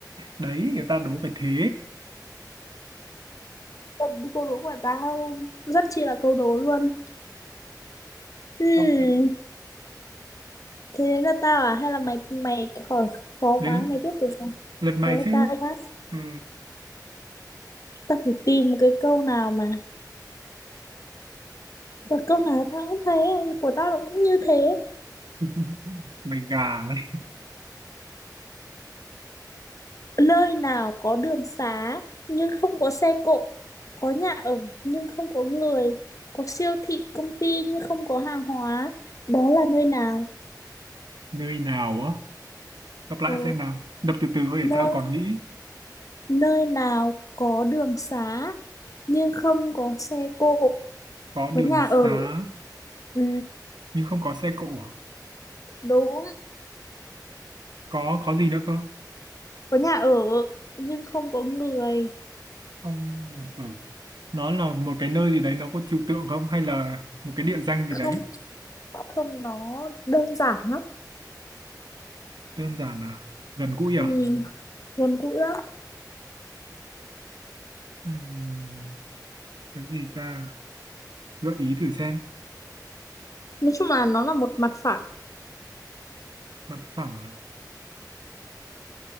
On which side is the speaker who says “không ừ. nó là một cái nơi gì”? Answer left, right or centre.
Right